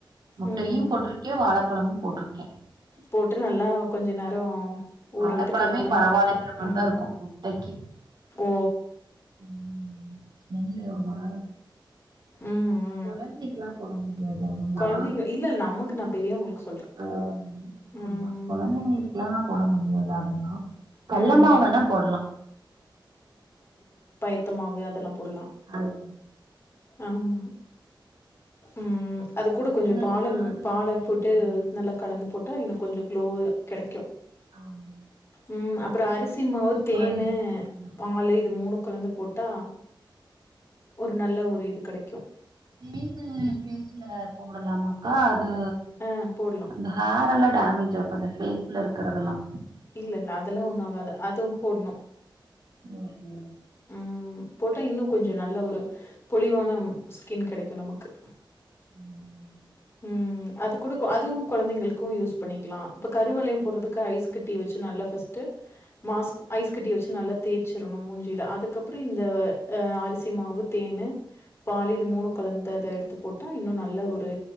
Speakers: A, on the right; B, on the left.
A: முட்டையு
B: ம்
A: போட்ருக்கே வாழப்பழமு போட்ருக்கே
B: போட்டு நல்லா கொஞ்ச நேரோ ஊற
A: வாழைப்பழமே
B: விட்டு கழுவுனா
A: பரவாயில்லைங்கிற
B: நல்லாருக்கு
A: மாரிதா
B: ம்
A: இருக்கு முட்டைக்கி
B: ஓ
A: ம் ஸ்மெல்லு ஒரு மார்
B: ம் ம்
A: கொழந்தைக்கெல்லா போட முடியாது அதல்லா
B: கொழந்தைங்க இல்ல நமக்கு நா பெரியவங்களுக்கு சொல்றே
A: ஆ போட்லா
B: ம்
A: கொழந்தைகளுக்கு க்குல்லா போட முடியாது அதல்லா கல்லமாவு
B: ம்
A: வேணா போட்லா
B: த்தமாவே அதெல்லா போட்லா
A: அந்
B: ஆமா ம் அது கூட
A: பசங்களுக்கெல்லாம்
B: கொஞ்ச பாலு
A: அதெல்லாம்
B: பால
A: எது
B: போட்டு
A: பண்ண முடியாது.
B: நல்லா கலந்து போட்டா இன்னு கொஞ்சோ க்ளோ கெடைக்கு
A: ஆம்
B: ம் அப்புறோ அரிசி மாவு தேனு
A: பால் மிக்ஸ் பண்ணிக்கலாம்.
B: பொங்கலு இது மூணு குலந்து போட் டா ஒரு நல்ல ஒரு இது கடைக்கு
A: புள்ளைங்க ஃபேஸ்ல போடலாமாக்கா அது
B: ஆ போட்லா
A: அந்த ஹேர் எல்லா டேமேஜ் ஆகுதா ஃபேஸ்ல இருக்கரதெல்லா
B: இல்ல இல்ல அதெல்லா ஒண்ணு ஆகாது அதுவு போட்ணு
A: ஒஹோ
B: ம் போட்டா இன்னு கொஞ்சொ நல்ல ஒரு பொலிவான ஸ்கின் கெடைக்கு நமக்கு
A: இன்னா ஆ
B: ம் அது கூட அதுவு கொழந்தைங்களுக்கு யூஸ் பண்ணிக்லா இப்ப கருவலையம் போடுறதுக்கு ஐஸ் கட்டி வெச்சு நல்லா ஃபஸ்டு மாஸ்க் ஐஸ் கட்டி வச்சு நல்லா தேச்சிடணு மூஞ் சில அதுக்கப்புறோ இந்த அ அரிசி மாவு தேனு பாலு இது மூணு கலந்து அத எடுத்து போட்டா இன்னு நல்ல ஒரு